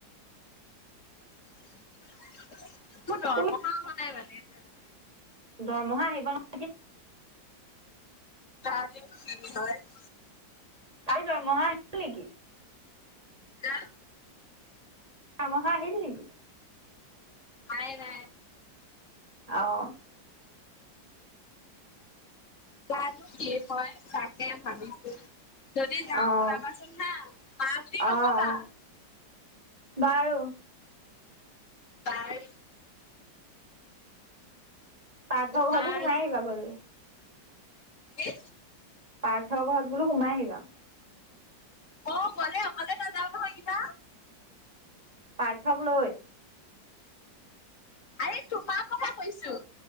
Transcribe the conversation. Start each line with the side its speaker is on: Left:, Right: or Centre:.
Left: তোৰ দৰমহা হোৱা নাই
Right: তুমি
Left: মানে এতিয়ালৈকে?
Right: দৰমহা আহিব ন
Left: <unintelligible>
Right: কালি দৰমহা আহিল নেকি?
Left: হা!
Right: দৰমহা আহিল নেকি?
Left: অহাই নাই।
Right: অঁ।
Left: জানো কি হয়, তাকে ভাবিছো। যদি যাওঁ,
Right: অঁ
Left: ওলাবাচোন হা! <unintelligible> নক'বা।
Right: অঁ অঁ বাৰু!
Left: বাৰু!
Right: পাৰ্থ
Left: তোমাৰ
Right: ঘৰতো সোমাই আহিবা গ'লে।
Left: কি?
Right: পাৰ্থ ঘৰত বোলো সোমাই আহিবা।
Left: অ, গ'লে অকলে নাযাওঁ নহয়, কিবা।
Right: পাৰ্থক লৈ!
Left: আৰে, তোমাৰ কথা কৈছো!